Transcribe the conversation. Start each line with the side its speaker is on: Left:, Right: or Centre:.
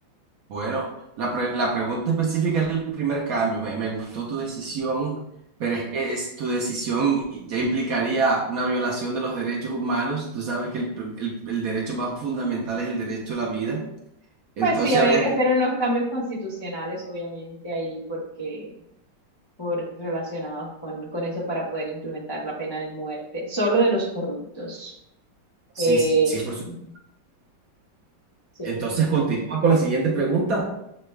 Right: Bueno, la, pre- la pregunta específica era el primer cambio. Me, me gustó tu decisión, pero es que es, tu decisión ya implicaría una violación de los derechos humanos. Tú sabes que el, pr- el- el derecho más fundamental es el derecho a la vida. Entonces
Left: Pues sí, había
Right: habría
Left: que
Right: que...
Left: hacer unos cambios constitucionales, obviamente, ahí porque por, relacionados con, con eso para poder implementar la pena de muerte, solo de los corruptos.
Right: Sí,
Left: Eh,
Right: sí, por supuesto.
Left: ujú, sí.
Right: Entonces continúa con la siguiente pregunta.